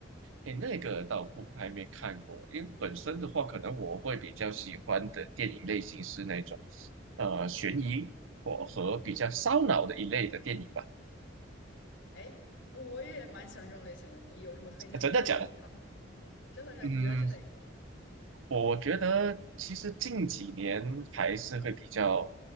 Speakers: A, on the right; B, on the left.
A: 哎，那个倒不还没看过，因为本身的话，可能我会比较喜欢的电影类型是那种呃悬疑或和比较烧脑的一类的电影吧。
B: 哎，我也蛮喜欢这种类型的，你有什么推荐吗？
A: 啊真的假的？
B: 或者说你看过最好的？真的是，
A: 嗯，
B: 你觉得是哪一部呢？
A: 我觉得其实近几年还是会比较，